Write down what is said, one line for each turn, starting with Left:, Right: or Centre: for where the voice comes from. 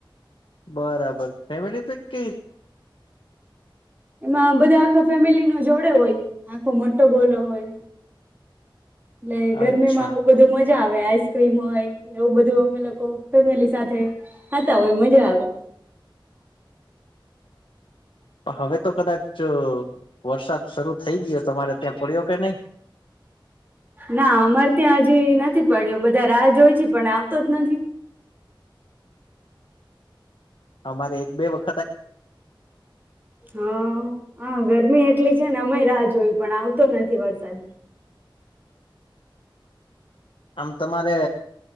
Left: બરાબર ફેમિલી પેક <unintelligible>
Right: એમાં બધા આખા ફેમિલી નો જોડે હોય આખો મો ગોલો હોય એટલે ગરમીમાં
Left: અચ્છા
Right: આવું બધું <unintelligible> મજા આવે આઈસક્રીમ હોય એવું બધું અમે લોકો ફેમિલી સાથે ખાતા હોય મજા આવે
Left: હવે તો કદાચ વરસાદ શરૂ થઈ ગયો. તમારે ત્યાં પડ્યો કે નહી?
Right: ના અમારે ત્યાં હજી નથી પડ્યો, બધા રાહ જોય છે પણ <unintelligible> જ નથી
Left: અમારે એક બે વક
Right: <unintelligible> હુ હુ ગરમી એટલી અમેય રાહ જોઈ, પણ આવ <unintelligible> નથી વરસાદ
Left: આમ તમારે